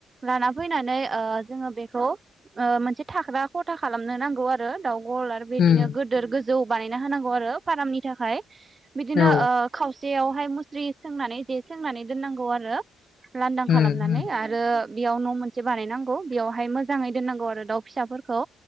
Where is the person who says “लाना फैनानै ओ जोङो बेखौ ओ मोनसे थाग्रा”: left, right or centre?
Right